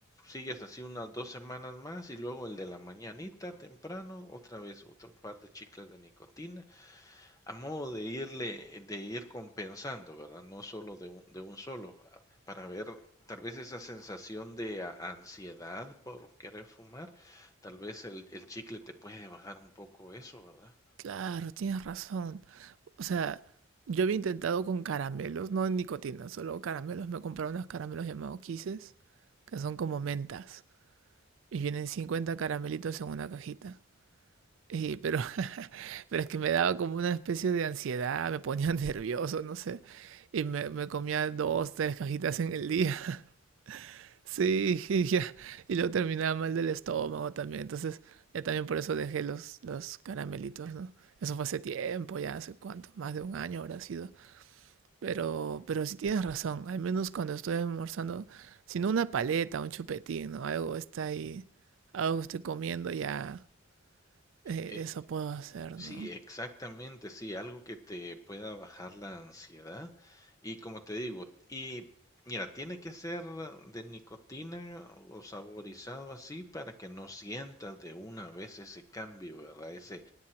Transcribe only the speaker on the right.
claro, tienes razón. O sea, yo había intentado con caramelos, no en nicotina, solo caramelos. Me compraron unos caramelos llamados Kisses, que son como mentas. Y vienen 50 caramelitos en una cajita. Y, pero, <laughs> pero es que me daba como una especie de ansiedad, me ponía <laughs> nervioso, no sé. Y me, me comía dos, tres cajitas en el día. <laughs> Sí, y ya. Y luego terminaba mal del estómago también. Entonces, ya también por eso dejé los, los caramelitos, ¿no? Eso fue hace tiempo, ya hace cuánto, más de un año habrá sido. Pero, pero sí tienes razón, al menos cuando estoy almorzando, si no una paleta, un chupetín, ¿no? Algo está ahí, algo que estoy comiendo ya, eh,
eso puedo hacer,
¿no?